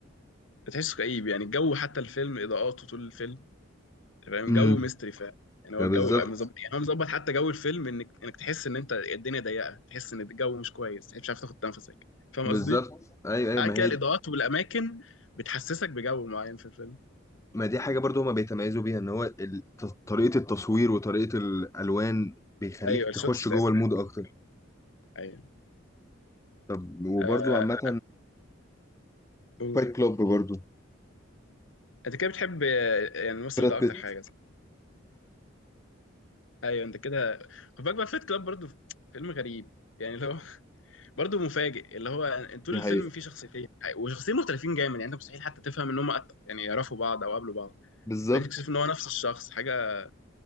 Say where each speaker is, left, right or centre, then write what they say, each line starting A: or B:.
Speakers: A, on the left; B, on the left.
A: بتحسه كئيب يعني الجو حتى الفيلم اضاءاته طول الفيلم فاهم
B: امم
A: جو ميستري فعلا يعني هو
B: ده
A: الجو
B: بالظبط
A: مظبط يعني هو مظبط حتى جو الفيلم انك انك تحس ان انت الدنيا ضيقه تحس ان الجو مش كويس تحس مش عارف تاخد نفسك فاهم
B: بالظبط
A: قصدي؟
B: أيوه أيوه
A: عارف
B: ما
A: كده
B: هي
A: الاضاءات والاماكن بتحسسك بجو معين في الفيلم
B: ما دي حاجة برضو هما بيتميزوا بيها إن هو ال- ط- طريقة التصوير وطريقة الألوان بيخليك
A: ايوه الشوتس
B: تخش
A: بتاعتهم
B: جوه المود أكتر
A: ايوه
B: طب وبرضو
A: آه
B: عامة
A: قول
B: فايت كلوب برضو
A: انت كده بتحب آه، يعني الممثل
B: براد
A: ده اكتر
B: بيت
A: حاجه ايوه انت كده خد بالك بقى فيت كلاب برضو فيلم غريب يعني اللي هو <laughs> برضو مفاجئ اللي هو انت طول
B: دي
A: الفيلم
B: حقيقة
A: فيه شخصيتين وشخصيتين مختلفين جامد يعني انت مستحيل حتى تفهم ان هم قط- يعني يعرفوا بعض او قابلوا بعض
B: بالظبط
A: بعدين تكتشف ان هو نفس الشخص حاجه